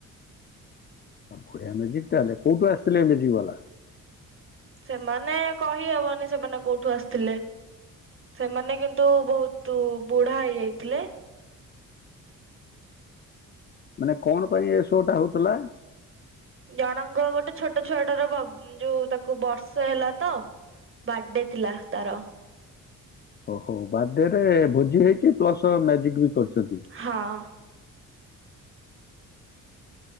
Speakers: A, on the left (about 35°); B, on the right (about 40°).
A: ଆଉ ବଢିଆ ମେଜିକ୍ ତାହେଲେ, କୋଉଠୁ ଆସିଥିଲେ ଏ ମେଜିକ୍ ବାଲା?
B: ସେମାନେ କହି ହବନି ସେମାନେ କୋଉଠୁ ଆସିଥିଲେ। ସେମାନେ କିନ୍ତୁ ବହୁତ ବୁଢ଼ା ହେଇ ଯାଇଥିଲେ।
A: ମାନେ କଣ ପାଇଁ ଏ ଶୋ ଟା ହଉଥିଲା?
B: ଜଣଙ୍କ ଗୋଟେ ଛୋଟ ଛୁଆଟାର ବ ଯୋଉ ତାକୁ ବର୍ଷେ ହେଲା ତ। ବାର୍ଥଡେ ଥିଲା ତାର।
A: ଓହୋଃ, ବାର୍ଥଡେରେ ଭୋଜି ହେଇଛି ପ୍ଲସ ମ୍ୟାଜିକ୍ ବି କରିଛନ୍ତି।
B: ହଁ।